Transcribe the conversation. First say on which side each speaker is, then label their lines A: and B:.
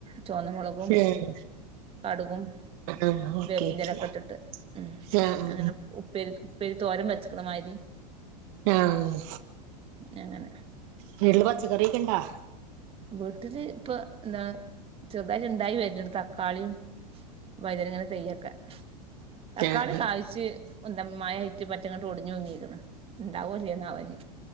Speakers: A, on the right; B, on the right.
A: ചുവന്നമുളകും,
B: ആഹ്
A: കടുകും,
B: ആഹ് ഓക്കെ
A: വേപ്പിന്റെ
B: ഓക്കെ
A: ഇലക്കെ
B: ആഹ്
A: ഇട്ടിട്ട് ഉം
B: ആഹ്
A: അങ്ങനെ ഉപ്പേരി ഉപ്പേരി തോരൻ വെച്ച്. ഇന്നമായിരി
B: ആഹ്
A: എങ്ങനെ.
B: വീട്ടില് പച്ചക്കറിയൊക്കെ ഇണ്ടാ.
A: വീട്ടില് ഇപ്പൊ എന്താണ് ചെറുതായിട്ട് ഇണ്ടായി വര്ന്ണ്ട് തക്കാളിം, വഴുതനങ്ങടെ തയ് ഒക്കെ. തക്കാളി
B: ആഹ് ആഹ് ആഹ്
A: കായ്ച്ച്. എന്ത മഴയായ്റ്റ് പറ്റെ ഇങ്ങട്ട് ഒടിഞ്ഞ് തുങ്ങീക്ക് ണ് ഇണ്ടാവോ ചെയ്യുന്ന വം ഞ്ഞ്